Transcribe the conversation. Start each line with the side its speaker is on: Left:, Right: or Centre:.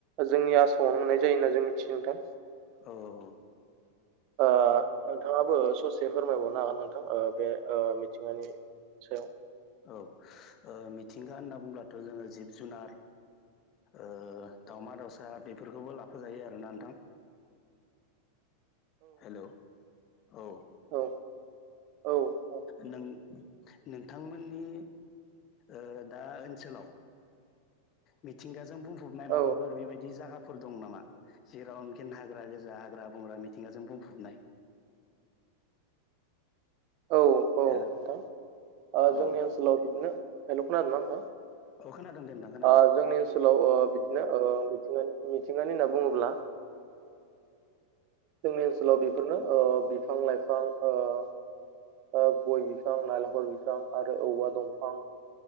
Right: जोंनि आसामावनो मोननाय जायो होनना जों मिथियो नोंथां
Left: औ ओ औ
Right: ओ नोंथाङाबो ससे फोरमायबावनो हागोन नोंथां ओ बे ओ मिथिंगानि सायाव
Left: औ ओ मिथिंगा होनना बुंब्लाथ' जोङो जिब-जुनार ओ दावमा- दाउसा बेफोरखौबो लाफा जायोआरोना नोंथां? हेल' औ ओ
Right: औ औ औ
Left: नों नोंथांमोननि ओ दा ओनसोलाव मिथिंगाजों बुंफबनाय माबाफोर
Right: औ
Left: बेबायदि जागाफोर दं नामा? जेरावनोखिन हाग्रा गोजा हाग्रा बंग्रा मिथिंगाजों बुंफबनाय <inaudible>
Right: औ औ
Left: हेल'
Right: नोंथां ओ
Left: औ
Right: जोंनि ओनसोलाव बिदिनोहेल' खोनादोंना नों-
Left: औ खोनादों दे नोंथां खोनादों
Right: ओ जोंनि ओनसोलाव ओ बिदिनो ओ मिथिंगानि ‌मिथिंगानि होनना बुङोब्ला जोंनि ओनसोलाव बेफोरनो ओ बिफां-लाइफां ओ गय बिफां नालेंखर बिफां आरो औवा दंफां